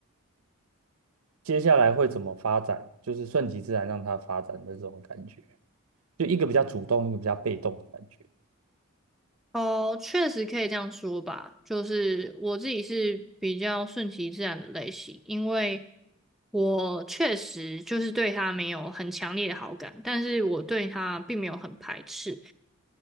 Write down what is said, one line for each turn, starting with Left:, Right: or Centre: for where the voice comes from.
Right: 接下来会怎么发展，就是顺其自然让他发展的这种感觉，就一个比较主动，一个比较被动的感觉。
Centre: 哦，确实可以这样说吧。就是我自己是比较顺其自然的类型，因为我确实就是对他没有很强烈的好感，但是我对他并没有很排斥。